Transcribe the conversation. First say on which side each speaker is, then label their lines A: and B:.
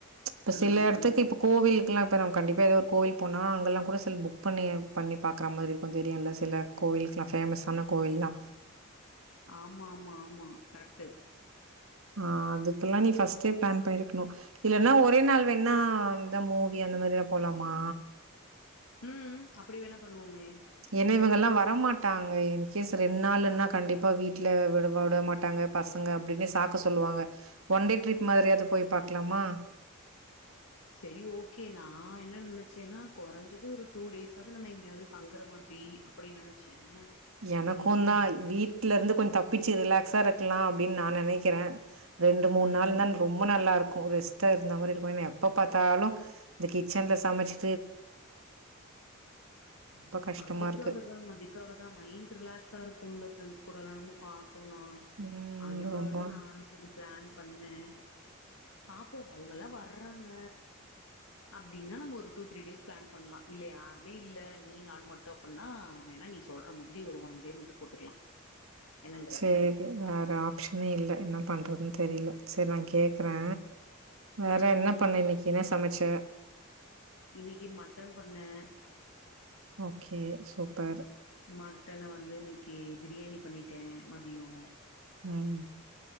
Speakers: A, on the right; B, on the left.
A: இப்ப
B: அந்த
A: சில
B: மாரி
A: இடத்துக்கு
B: பண்ணிப்போ
A: இப்ப கோவில் இல்லா இப்ப நம்ம கண்டிப்பா ஏதோ ஒரு கோவில் போனா அங்கல்லா கூட சில புக் பண்ணி பண்ணி பாக்ற மாறி இருக்கும் தெரியுல்ல சில கோயிலுக்கெல்லா ஃபேமஸான கோயில்லா
B: ஆமா ஆமா ஆமா கரெக்ட்டு
A: ஆ அதுக்கெல்லா நீ ஃபஸ்ட்டே ப்ளான் பண்ணிருக்கணு இல்லனா ஒரே நாள் வேணா இந்த மூவி அந்த மாரி எல்லா போலாமா
B: ம் அப்டி வேணா பண்ணுவோமே
A: ஏனா இவங்கல்லா வரமாட்டாங்க இன்கேஸ் ரெண் நாளுன்னா கண்டிப்பா வீட்ல விடு வுடமாட்டாங்க பசங்க அப்டின்னு சாக்கு சொல்லுவாங்க ஒன் டே ட்ரிப் மாதிரியாவது போயி பாக்கலாமா
B: செரி ஓகே நா என்ன நெனச்சேனா கொறஞ்சது ஒரு டூ டேஸ்சாவது நம்ம எங்கேயாவது தங்குற மாதிரி அப்படி நெனச்சே
A: எனக்கும்
B: நீ இப்டி
A: தா
B: சொல்ற
A: வீட்ல இருந்து கொஞ்ச தப்பிச்சு ரிலாக்ஸா இருக்கலா அப்டின்னு நா நெனைக்கிறே ரெண்டு மூணு
B: ம்
A: நாள்னா ரொம்ப நல்லாருக்கு ரெஸ்ட்டா இர்ந்த மாரி இருக்கு ஏனா எப்ப பாத்தாலு இந்த கிச்சன்ல சமச் ரொம்ப கஷ்டமா
B: அதுக்காகதா
A: இருக்கு
B: அதுக்காக அதா மைண்ட் ரிலாக்ஸ்ஸா இருக்கும்ல ஃப்ரெண்ட்ஸ் கூடல்லா நம்மோ பாத்தோனா
A: ம்
B: அதுக்காக
A: ரொம்ப
B: தா நானு செரி ப்ளான் பண்ணே பாப்போ அவுங்கெல்லா வர்றாங்க அப்டினா நம்ம ஒரு டூ, த்ரீ டேஸ் ப்ளான் பண்ணலா இல்ல யாருமே இல்ல நீயு நானு மட்டு அப்பிட்னா வேணா நீ சொல்ற மாதிரி ஒரு ஒன் டே மட் டு போட்டுக்கலா என்னங்கற
A: செரி வேற ஆப்ஷனே இல்ல என்ன பண்றதுன்னு தெரியல செரி நா கேக்குறே வேற
B: ம்
A: என்ன
B: ம் ம்.
A: பண்ண இன்னைக்கு என்ன சமச்ச
B: இன்னைக்கு மட்டன் பண்ணே
A: ஓகே சூப்பர்
B: மட்டன வந்து இன்னிக்கி பிரியாணி பண்ணீட்டே மதியோ
A: ம்